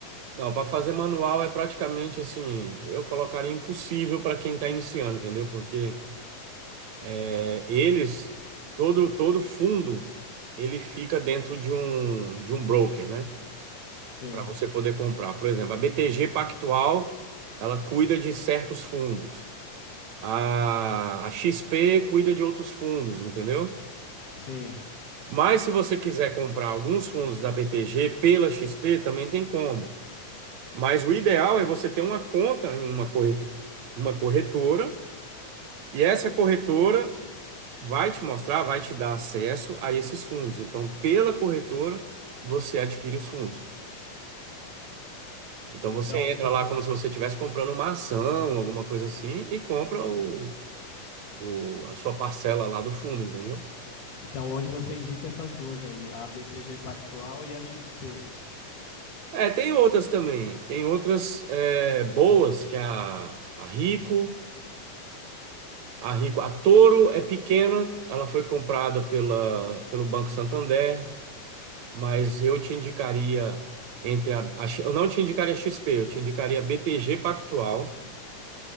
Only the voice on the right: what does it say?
Não, para fazer manual é praticamente assim, eu colocaria impossível para quem está iniciando, entendeu? Porque é, eles, todo todo fundo, ele fica dentro de um de um broker, né?
Para você poder comprar. Por exemplo, a BTG Pactual, ela cuida de certos fundos. A, a XP cuida de outros fundos, entendeu?
Mas se você quiser comprar alguns fundos da BTG pela XP, também tem como. Mas o ideal é você ter uma conta em uma corretora, uma corretora, e essa corretora vai te mostrar, vai te dar acesso a esses fundos. Então, pela corretora, você adquire os fundos. Então,
você
entra lá como se você estivesse comprando uma ação, alguma coisa assim, e compra o, o- a sua parcela lá do fundo, entendeu?
É, tem outras também. Tem outras é, boas, que é a, a Rico. A Rico, a Toro é pequena, ela foi comprada pela, pelo Banco Santander, mas eu te indicaria entre a, a X- eu não te indicaria a XP, eu te indicaria a BTG Pactual